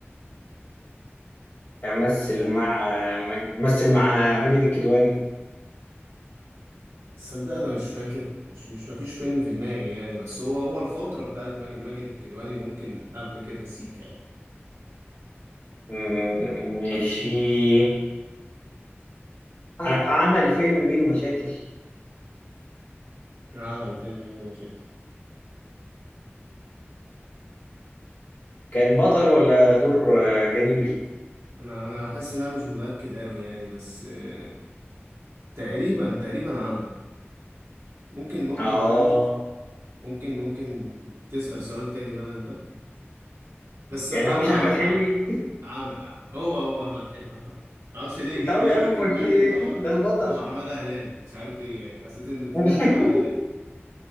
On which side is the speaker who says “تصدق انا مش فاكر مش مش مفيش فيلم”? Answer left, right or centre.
Right